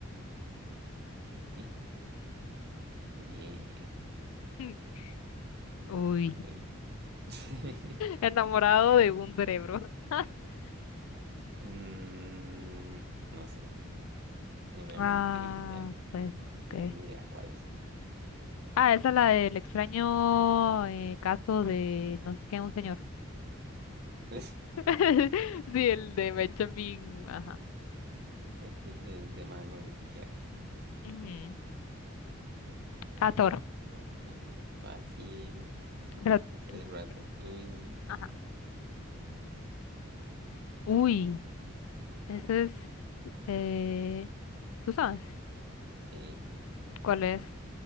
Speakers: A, on the right; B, on the left.
A: Vete. Muy bien.
B: <laughs> Uy,
A: Uy. <laughs>
B: enamorado de un cerebro. <laughs>
A: Mm, no sé. Una
B: Ah,
A: mente brillante.
B: pues, ok.
A: Ni idea cuál es esa
B: Ah, esa es la del extraño eh, caso de no sé qué, un señor.
A: <laughs>
B: <laughs> Sí, el de Benjamin, ajá.
A: Este es el de manos de tijeras.
B: Ujú. Ah, Thor.
A: Eh, este es Fácil.
B: Pero,
A: Este
B: uy,
A: es Ratatouille.
B: perdón. Ajá. uy, ese es, eh, ¿tú sabes
A: Sí.
B: cuál es?